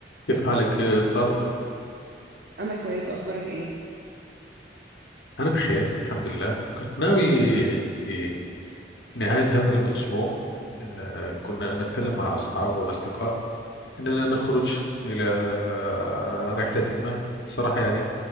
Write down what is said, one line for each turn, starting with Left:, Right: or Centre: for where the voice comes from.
Left: كيف حالك آه، فاطمة؟
Right: انا كويسه اخبارك ايه
Left: أنا بخير الحمد لله كنت ناوي في نهاية هذا الأسبوع آه، كنا نتكلم مع أصحاب وأصدقاء إننا نخرج إلى آه، رحلة ما صراحة يعني